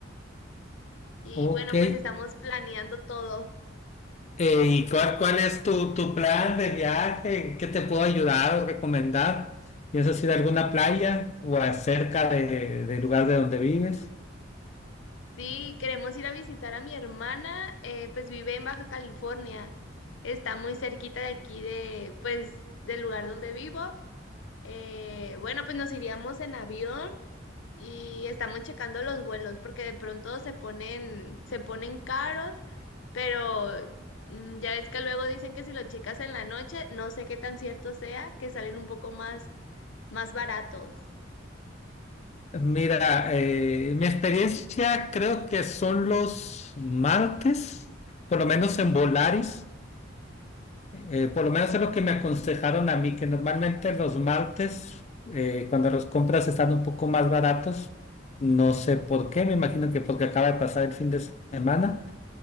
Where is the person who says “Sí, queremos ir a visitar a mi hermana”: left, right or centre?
Left